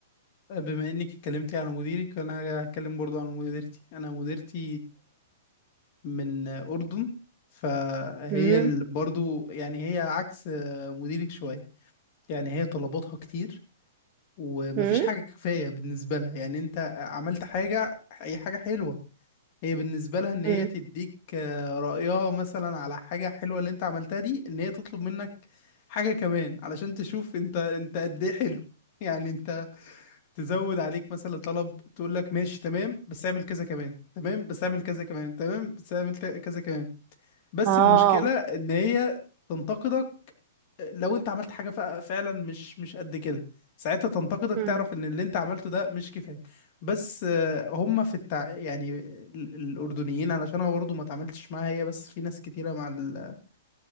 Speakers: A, on the left; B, on the right.
A: بما انك اتكلمتي على مديرك انا هتكلم برضو عن مديرتي انا مديرتي من اردن فهي
B: امم
A: ال- برضو يعني هي عكس مديرك شوية يعني هي طلباتها كتير ومفيش
B: امم
A: حاجة كفاية بالنسبة لها يعني انت عملت حاجة هي حاجة حلوة هي بالنسبة لها ان هي
B: امم
A: تديك آه، رأيها مثلا على حاجة حلوة اللي انت عملتها دي ان هي تطلب منك حاجة كمان علشان تشوف انت انت قد ايه حلو يعني انت تزود عليك مثلا طلب تقول لك ماشي تمام بس اعمل كذا كمان تمام بس اعمل كذا كمان تمام بس اعمل ت- كذا كمان بس
B: اه
A: المشكلة ان هي تنتقدك لو انت عملت حاجة فع- فعلا مش مش قد كده ساعتها تنتقدك
B: امم
A: تعرف ان اللي انت عملته ده مش كفاية بس آه، هم في التع... يعني ال- الاردنيين علشان انا برضه ما اتعاملتش معاها هي بس في ناس كتيرة مع ال...